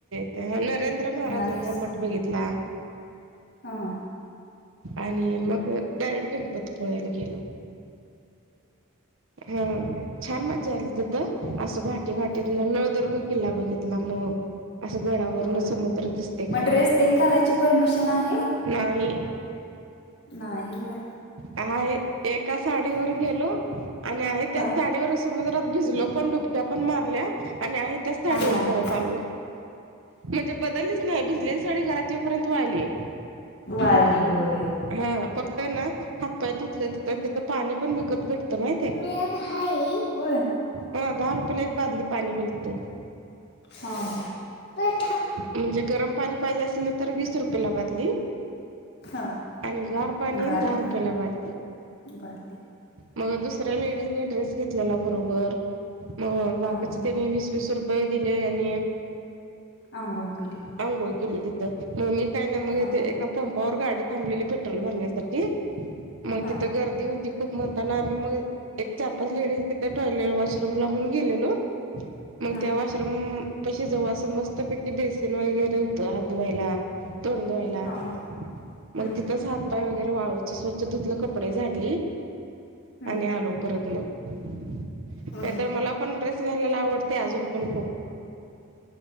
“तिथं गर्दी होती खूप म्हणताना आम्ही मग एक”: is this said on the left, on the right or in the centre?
Right